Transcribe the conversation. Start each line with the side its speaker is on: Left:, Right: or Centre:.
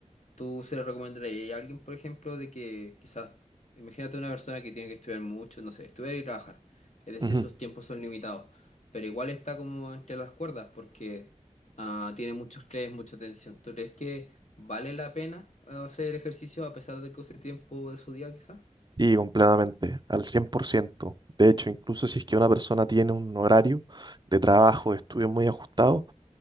Left: ¿Tú se lo recomendarías a alguien, por ejemplo, de que quizás, imagínate una persona que tiene que estudiar mucho, no sé, estudiar y trabajar, es decir,
Right: Ujú.
Left: sus tiempos son limitados, pero igual está como entre las cuerdas porque ah, tiene muchos estrés, mucha tensión. ¿Tú crees que vale la pena eh, hacer ejercicio a pesar de que use tiempo de su día, quizás?
Right: Y completamente, al cien por ciento De hecho, incluso si es que una persona tiene un horario de trabajo, de estudio muy ajustado,